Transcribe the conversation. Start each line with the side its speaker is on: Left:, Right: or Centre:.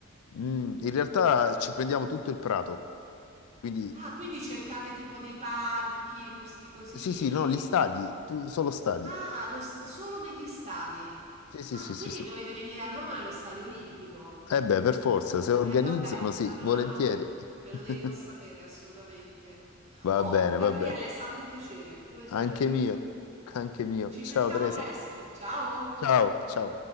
Left: Mm, in realtà ci prendiamo tutto il prato, quindi
Right: Ah, quindi cercate tipo dei parchi, posti così.
Left: sì, sì, no, gli stadi, tu, solo stadi.
Right: Ah, lo st- solo negli stadi.
Left: Sì, sì,
Right: Ah,
Left: sì,
Right: quindi
Left: sì, sì.
Right: dovete venire a Roma nello stadio olimpico.
Left: Eh beh, per forza, se organizzano,
Right: Eh, vabbè,
Left: sì,
Right: allora
Left: volentieri.
Right: no, me
Left: <laughs>
Right: lo devi far sapere assolutamente.
Left: Va
Right: Oh,
Left: bene,
Right: Gabriele,
Left: va bene.
Right: è stato un piacere, come sempre.
Left: Anche mio, anche mio.
Right: Ci
Left: Ciao
Right: sentiamo
Left: Teresa.
Right: presto. Ciao!
Left: Ciao, ciao.